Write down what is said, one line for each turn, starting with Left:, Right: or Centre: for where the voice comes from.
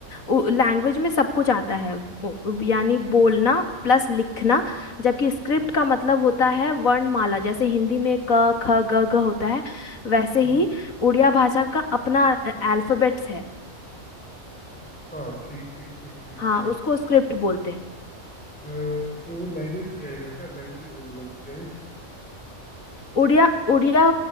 Left: लैंग्वेज में सब कुछ आता है वो- यानी बोलना
Centre: हम्म
Left: प्लस लिखना
Centre: हम्म
Left: जबकि स्क्रिप्ट
Centre: हम्म
Left: का मतलब होता है वर्णमाला जैसे हिंदी में क ख ग घ होता है वैसे
Centre: हम्म।
Left: ही उड़िया भाषा का अपना अल्फाबेट्स है
Centre: अच्छा ठीक ठीक ठीक ठीक
Left: हाँ
Centre: ठीक
Left: उसको स्क्रिप्ट बोलते हैं
Centre: अ, तो वो लैंग्वेज नहीं आएगा क्या लैंग्वेज नहीं बोली जाती क्या ये
Left: उड़िया उड़िया